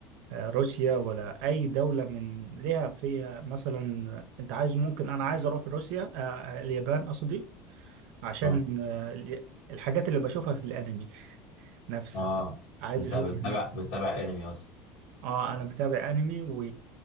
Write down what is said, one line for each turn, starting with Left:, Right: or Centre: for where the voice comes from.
Right: آه، روسيا ولا أي دولة من ليها فيها مثلا أنت عايز ممكن أنا عايز أروح روسيا آه، آه، اليابان قصدي عشان
Left: اه
Right: آه، الحاجات اللي بشوفها في الانمي <laughs> نفسها
Left: اه آه.
Right: عايز
Left: انت
Right: اشوف
Left: بتتابع
Right: هناك
Left: بتتابع انمي اصلا
Right: اه انا بتابع انمي و...